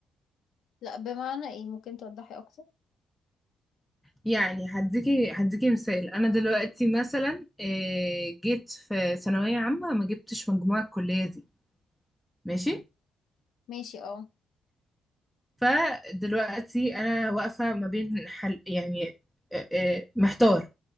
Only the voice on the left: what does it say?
لأ بمعنى ايه ممكن توضحي أكتر؟
ماشي اه